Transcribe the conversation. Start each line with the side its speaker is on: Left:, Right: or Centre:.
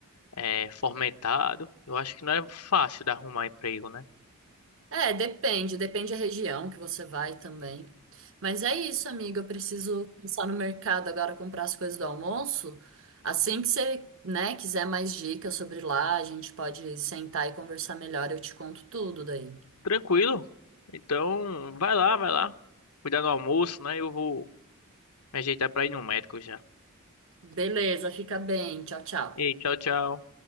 Left: é, fomentado, eu acho que não é fácil de arrumar emprego, né?
Right: É, depende, depende da região que você vai também. Mas é isso, amiga. Eu preciso pensar no mercado agora, comprar as coisas do almoço. Assim que você, né, quiser mais dicas sobre lá, a gente pode sentar e conversar melhor. Eu te conto tudo daí.
Left: Tranquilo. Então, vai lá, vai lá. Cuidar do almoço, né? Eu vou me ajeitar pra ir no médico já.
Right: Beleza, fica bem. Tchau, tchau.
Left: Ei, tchau, tchau.